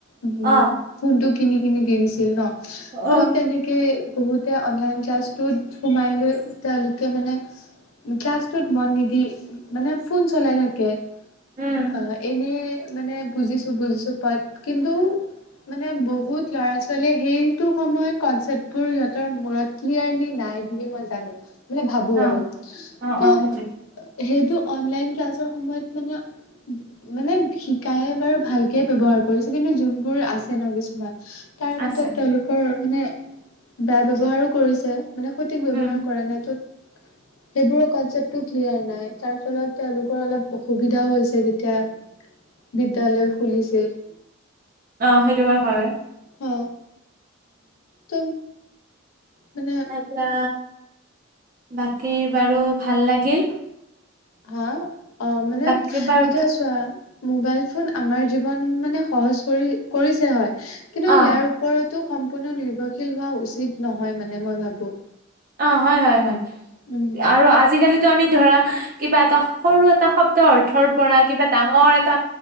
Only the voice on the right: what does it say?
অ'
অ'
উম
অ'
অ'
অ' সেইটোৱে
আছে
আছে।
উম
<inaudible>
অ, সেইটো বাও হয়।
আটছা বাকী বাৰু ভাল লাগিল।
বাকী বাৰু
অ'
অ, হয়-হয়-হয়
আৰু আজিকালিতো আমি ধৰা কিবা এটা সৰু এটা শব্দ অৰ্থৰ পৰা কিবা ডাঙৰ এটা